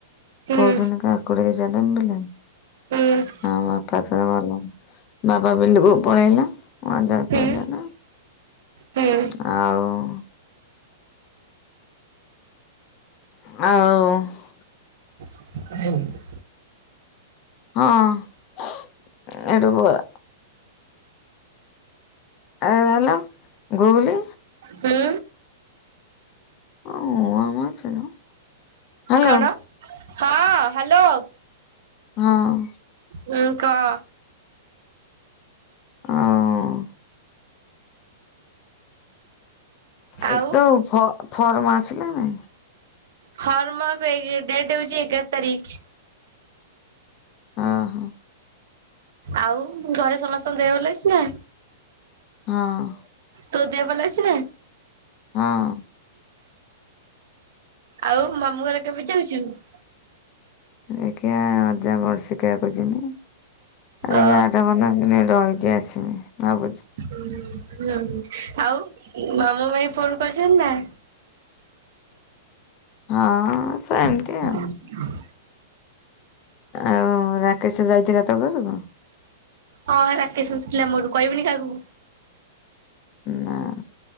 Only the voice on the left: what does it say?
କଉ ଦିନ ଆକୁଡ଼ି <unintelligible>
ହଁ ବାପା ତୋର ଭଲ ବାପା ବିଲକୁ ପଳେଇଲା ମଜା
ପାଇଲା ନା।
ଆଉ ଆଉ
ହଁ ଏଠୁ ବ <unintelligible> ଆଳୁ ନେଲ ଗୁଗୁଲି
<unintelligible> ହ୍ୟାଲୋ
ହଁ।
ହଁ। ଏ
ତୋ ଫ-ଫର୍ମ ଆସିଲାଣି।
ହଁ ହଁ।
ହଁ।
ହଁ।
ଦେଖିଆ ଅଜା ବର୍ଷିକିଆକୁ ଯିମି। ଆସିକି
<unintelligible> ଆଠ ପନ୍ଦର ଦିନ ରହିକି ଆସିମି ଭାବୁଚି।
ହଁ। ସେମିତି
ଆଉ ଆଉ ରାକେଶ ଯାଇଥିଲା ତୋ ଘରୁକୁ?
ନାଁ।